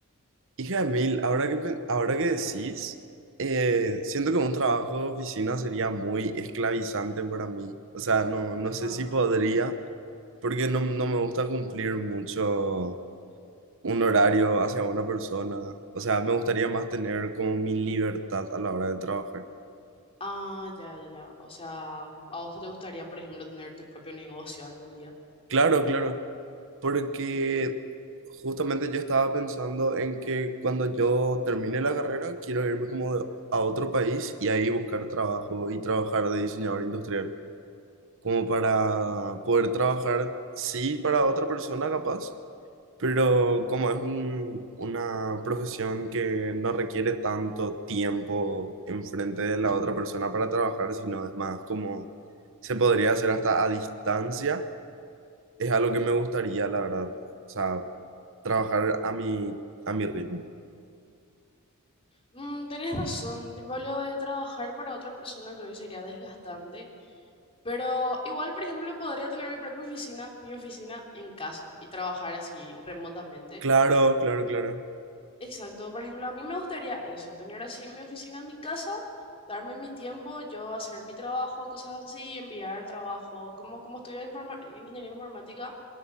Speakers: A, on the right; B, on the left.
A: Hija de mil, ahora que, pe- ahora que decís, eh, siento que un trabajo de oficina sería muy esclavizante para mí. O sea, no, no sé
B: Ah,
A: si podría, porque no, no me gusta cumplir mucho un horario hacia una persona. O sea, me gustaría más tener como mi libertad a la hora de trabajar.
B: ah, ya, ya, ya. O sea, ¿a vos te gustaría, por ejemplo, tener tu propio negocio algún día?
A: Claro, claro, porque justamente yo estaba pensando en que cuando yo termine la carrera quiero irme como de- a otro país y ahí buscar trabajo y trabajar de diseñador industrial, como para poder trabajar, sí, para otra persona capaz, Pero como es un- una profesión que no requiere tanto tiempo enfrente de la otra persona para trabajar, sino es más como se podría hacer hasta a distancia, es algo que me gustaría, la verdad. O sea, trabajar a mi, a mi ritmo.
B: Mm, tenés razón, tipo lo de trabajar para otra persona creo que sería desgastante, pero igual, por ejemplo, podría tener mi propia oficina, mi oficina en casa y trabajar así remotamente.
A: Claro, claro, claro.
B: Exacto, por ejemplo, a mí me gustaría eso, tener así mi oficina en mi casa, darme mi tiempo, yo hacer mi trabajo, cosas así, enviar trabajos, como, como estudio informa- ingeniería informática,